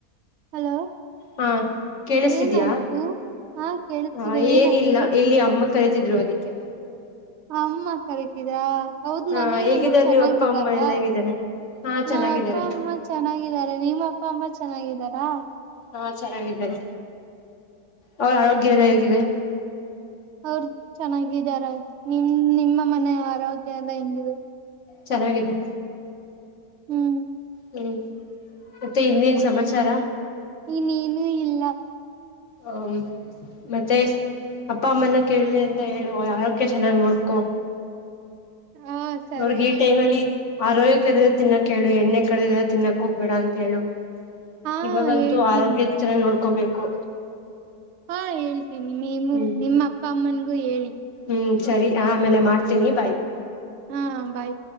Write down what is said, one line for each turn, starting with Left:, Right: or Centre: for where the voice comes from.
Right: ಹಲೋ
Left: ಹಾ ಕೇಳಿಸತಿದ್ಯಾ
Right: ಏನಾಯ್ತು ಹಾ ಕೇಳಿಸ್ತಿದೆ
Left: ಆ
Right: ಏನಾಯ್ತು
Left: ಏನಿಲ್ಲ ಇಲ್ಲಿ ಅಮ್ಮ ಕರಿತಿದ್ರು ಅದಕ್ಕೆ
Right: ಅಮ್ಮ ಕರಿತಿದಾ ಹೌದ್
Left: ಹಾ
Right: ಮನೇಲೆ
Left: ಹೇಗಿದ್ದಾರೆ
Right: ಎಲ್ಲ ಚೆನ್ನಾಗಿದ್ದಾರಾ
Left: ನೀವ್ ಅಪ್ಪ ಅಮ್ಮ ಎಲ್ಲ ಹೇಗಿದ್ದಾರೆ ಹಾ ಚೆನ್ನಾಗಿದ್ದಾರೆ
Right: ನಮ್ಮ್ ಅಪ್ಪ ಅಮ್ಮ ಚೆನ್ನಾಗಿದ್ದಾರೆ ನಿಮ್ಮ ಅಪ್ಪ ಅಮ್ಮ ಚೆನ್ನಾಗಿದ್ದಾರಾ
Left: ಹಾ ಚೆನ್ನಾಗಿದ್ದಾರೆ ಅವ್ರ ಆರೋಗ್ಯ ಎಲ್ಲ ಹೇಗಿದೆ
Right: ಅವರು ಚೆನ್ನಾಗಿದಾರ ನಿಮ ನಿಮ್ಮ ಮನೆಯ ಆರೋಗ್ಯ ಎಲ್ಲ ಹೆಂಗಿದೆ
Left: ಚೆನ್ನಾಗಿದೆ
Right: ಹ್ಮ್
Left: ಹ್ಮ್ ಮತ್ತೆ ಇನ್ನೇನ್ ಸಮಾಚಾರ
Right: ನೀ ನೀನು ಇಲ್ಲ
Left: ಹ್ಮ ಮತ್ತೆ ಅಪ್ಪ ಅಮ್ಮನ ಕೇಳಲಿ ಅಂತ ಹೇಳು ಆರೋಗ್ಯ ಚೆನ್ನಾಗ್ ನೋಡ್ಕೊ
Right: ಹಾ ಸರ
Left: ನೋಡ್ಗಿ
Right: ಹೇಳ್ತೀನಿ
Left: ಈ ಟೈಮ್ ಅಲ್ಲಿ ಆರೋಗ್ಯ ಕದ ತಿನ್ನಕ್ ಹೇಳು ಎಣ್ಣೆ ಕಳದ್ರ ತಿನ್ನಕ್ ಹೋಗ್ಬೇಡ ಅಂತ ಹೇಳು
Right: ಹಾ
Left: ಇವಾಗಂತೂ
Right: ಹೇಳ್ತೀನಿ
Left: ಆರೋಗ್ಯ ಹೆಚ್ಚರಾಗಿ ನೋಡ್ಕೊಬೇಕು
Right: ಹಾ ಹೇಳ್ತೀನಿ ನೀವು
Left: ಹ್ಮ್
Right: ನಿಮ್ಮ ಅಪ್ಪ ಅಮ್ಮನ್ಗೂ ಹೇಳಿ
Left: ಹ್ಮ್ ಸರಿ ಆ ಆಮೇಲೆ ಮಾಡ್ತೀನಿ ಬಾಯ್
Right: ಹಾ ಭಾಯ್